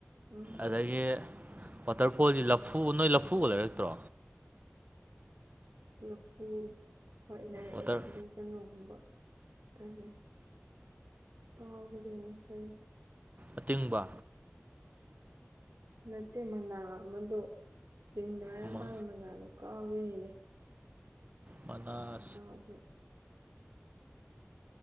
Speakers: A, on the right; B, on the right.
A: ꯎꯝ
B: ꯑꯗꯒꯤ ꯋꯥꯇꯔꯐꯣꯜꯒꯤ ꯂꯐꯨ ꯅꯣꯏ ꯂꯐꯨꯒ ꯂꯩꯔꯛꯇ꯭ꯔꯣ
A: ꯃꯐꯨ ꯍꯣꯏ ꯂꯩꯔꯛꯑꯦ
B: ꯋꯥꯇꯔ
A: ꯑꯗꯩ ꯀꯩꯅꯣꯒꯨꯝꯕ ꯀꯔꯤ ꯀꯥꯎꯒꯔꯦꯅꯦ ꯀꯔꯤ
B: ꯑꯇꯤꯡꯕ
A: ꯅꯠꯇꯦ ꯃꯅꯥ ꯑꯃꯗꯣ ꯆꯤꯡꯗꯒꯥ ꯌꯥꯝ
B: ꯑꯃ
A: ꯄꯥꯟꯕ ꯃꯅꯥꯗꯣ ꯀꯥꯎꯔꯤꯅꯤꯅꯦ
B: ꯃꯅꯥ
A: ꯀꯥꯎꯒꯔꯦ